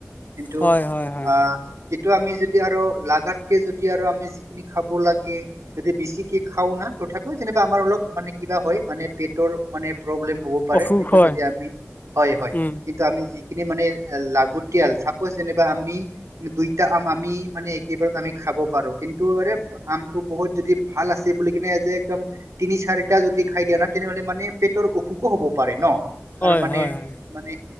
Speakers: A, on the right (about 80°); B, on the left (about 35°).
A: কিন্তু
B: হয় হয় হয়
A: আহ কিন্তু আমি যদি আৰু লাগাতকে যদি আৰু আমি যিখিনি খাব লাগে যদি বেচিকে খাও না <unintelligible> তথাপিও যে আমাৰ অলপ মানে কিবা হয় মানে পেটৰ মানে প্ৰব্লেম হব পাৰে
B: অসুখ
A: কিন্তু
B: হয়
A: যেতিয়া আমি হয় হয়
B: উম
A: কিন্তু আমি যিখিনি মানে লাগতিয়াল চাপচ যেনিবা আি দুই এ আম আমি মানে একেবাৰত আমি খাব পাৰো কিন্তু এৰে আমটো বহুত যদি ভাল আছে বুলি কিনে যে একদম তিনি চাৰিটা যদি খাই দিয়া না তেনেহলে মানে পেটৰ অসুখো হব পাৰে ন
B: হয়
A: আৰু মানে
B: হয় হয়
A: মানে